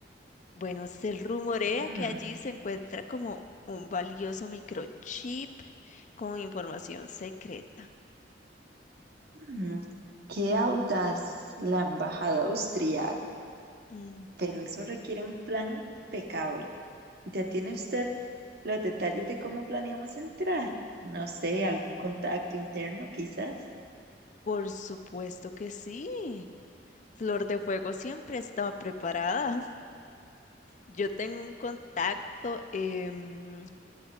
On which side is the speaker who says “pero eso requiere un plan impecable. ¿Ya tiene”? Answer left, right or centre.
Right